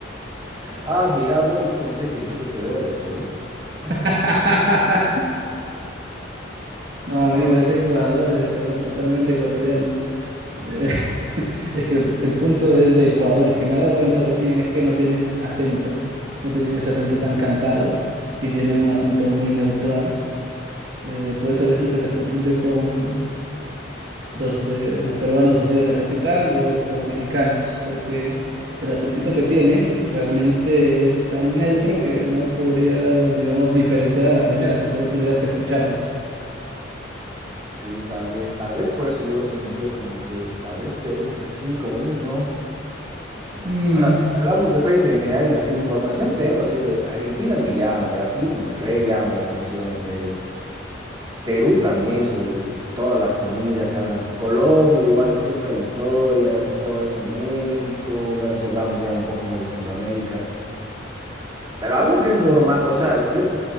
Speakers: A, on the right (about 25°); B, on the right (about 55°).
A: Ah, mira vos, yo pensé que Enchufe TV era de Perú. No sé.
B: <laughs> No, amigo,
A: Ah,
B: es de Ecuador, es de Ecuador, totalmente ecuatoriano. Eh, <laughs> es que el, el punto es de Ecuador, es que me he dado cuenta recién, es que no tienen acento, no tienen ese acento tan cantado y tienen un acento muy neutral. Eh, por eso a veces se les confunde con los de los peruanos así de la capital o con mexicanos, porque el acentito que tienen realmente es tan neutro que no podrías, digamos, diferenciar a la primera si solo tuvieras que escucharlos.
A: sí, tal vez, tal vez por eso yo lo sentía como que tal vez Perú, porque sí, como dices, no.
B: Mm.
A: O sea, si hablamos de países en general, así información tengo, así de Argentina me llama, Brasil me re llama la atención, eh, Perú también, su, toda la comida que hablan, Colombia igual, siempre hay historias de todo eso, México, bueno, si hablamos ya un poco más de Centroamérica, pero algo que es normal, o sea, yo